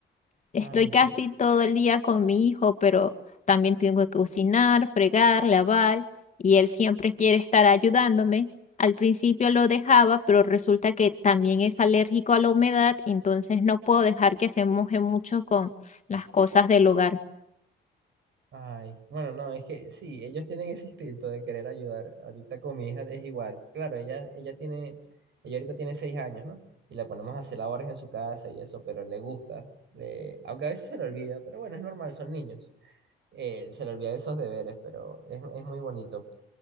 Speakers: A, on the left; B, on the right.
A: Estoy
B: Ay,
A: casi
B: sí,
A: todo el día con mi hijo, pero también tengo que cocinar, fregar, lavar, y él siempre quiere estar ayudándome. Al principio lo dejaba, pero resulta que también es alérgico a la humedad, entonces no puedo dejar que se moje mucho con las cosas del hogar.
B: Ay, bueno, no, es que sí, ellos tienen ese instinto de querer ayudar. Ahorita con mi hija es igual. Claro, ella, ella tiene, ella ahorita tiene seis años, ¿no? Y la ponemos a hacer labores en su casa y eso, pero le gusta. le- aunque a veces se le olvida, pero bueno, es normal, son niños. Eh, se le olvida esos deberes, pero es, es muy bonito.